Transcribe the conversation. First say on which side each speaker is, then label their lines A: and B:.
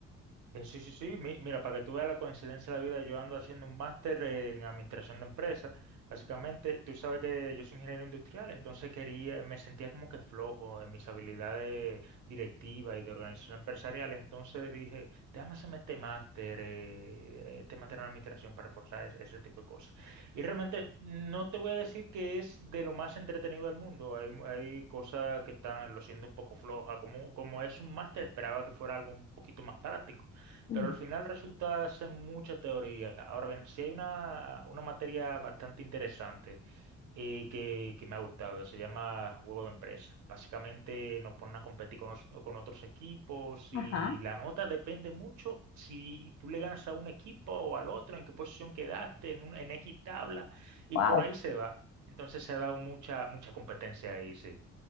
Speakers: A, on the right (about 75°); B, on the left (about 55°).
A: Eh, Sí, sí, sí. Mi- Mira, para que tú veas la coincidencia de la vida, yo ando haciendo un máster en administración de empresas. Básicamente, tú sabes que yo soy ingeniero industrial, entonces quería, me sentía como que flojo en mis habilidades directivas y de organización empresarial. Entonces dije, déjame hacerme este máster, eh, este máster en administración para reforzar ese, ese tipo de cosas. Y realmente no te voy a decir que es de lo más entretenido del mundo. Hay, mu- hay cosas que están, lo siento un poco floja. Como, como es un máster, esperaba que fuera algo un poquito más práctico
B: Mm,
A: pero al final resulta ser mucha teoría. Ahora bien, si hay una, una materia bastante interesante eh, que, que me ha gustado, se llama Juego de Empresa. Básicamente nos ponen a competir con, os- con otros equipos y
B: Ajá,
A: la nota depende mucho si tú le ganas a un equipo o al otro, en qué posición quedaste, en, un- en X tabla, y
B: wow.
A: por ahí se va. Entonces se ha dado mucha, mucha competencia ahí, sí.